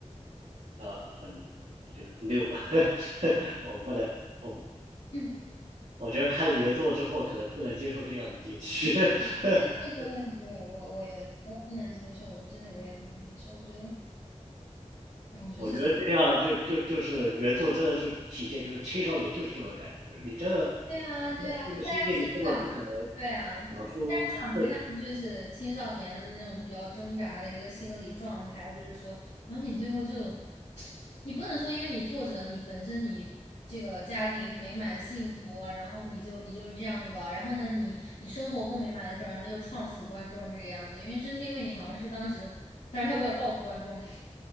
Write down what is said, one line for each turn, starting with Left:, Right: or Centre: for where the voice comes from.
Right: 呃很就六，<laughs> 我不能，我
Left: <clears throat>
Right: 我觉得看了原作之后，可能不能接受这样的结局。<laughs>
Left: 对对对，我我也我也不能接受，我真的我也不能接受。我觉得，哎，我觉得这是
Right: 我觉得这样就就就是原作真的就体现就是青少年就是这么干，就是你真的，
Left: 对啊，
Right: 你在这个世界里根本不可能
Left: 对啊，就大家其实想，对啊，
Right: 想出各种
Left: 大家想看就是青少年的那种比较挣扎的一个心理状态，就是说，然后你最后就，你不能说因为你作者你本身你这个家庭美满幸福了，然后你就你就这样搞，然后呢你你生活不美满的时候，然后就创死观众这个样子，因为真心为你好像是当时，但是他为了报复观众。